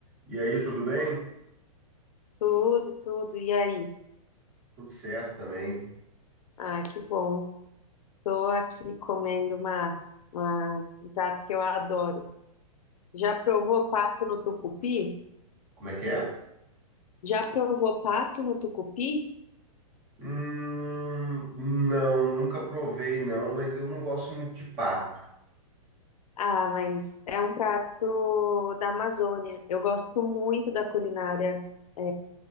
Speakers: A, on the right; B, on the left.
A: E aí, tudo bem?
B: Tudo, tudo. E aí?
A: Tudo certo também.
B: Ah, que bom. Tô aqui comendo uma, uma- um prato que eu adoro. Já provou pato no tucupi?
A: Como é que é?
B: Já provou pato no tucupi?
A: Hum, não, nunca provei não, mas eu não gosto muito de pato.
B: Ah, mas é um prato da Amazônia. Eu gosto muito da culinária, eh,